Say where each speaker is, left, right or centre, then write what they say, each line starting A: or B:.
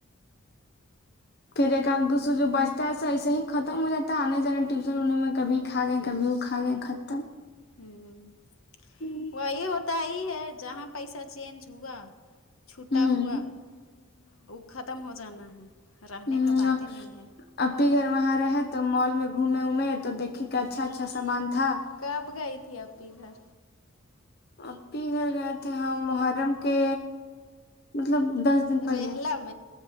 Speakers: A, on the left; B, on the left.
A: پھر ایک آد دوسرے جو بچتا ہے اسے ایسے ہی ختم ہو جاتا ہے آنے جانا ٹیوشن ان میں کبھی کھ گئے کبھی کھا گائیں ختم
B: ہمم
A: ہوں
B: وہی ہوتا ہی ہے جہاں پیسہ چینج ہوا چھٹا
A: ہوں
B: ہوا وہ ختم ہو جانا ہے رہنے
A: ہمم
B: کا باتیں نہیں ہے
A: آپی گھر وہاں رہے تو مال میں گھومے ومیں تو دیکھے کہ اچھا اچھا سامان تھا
B: کب گئی تھی اپپی گھر
A: اپپی گھر گئے تھے ہم محرم کے مطلب دس دن پہلے
B: ریہلا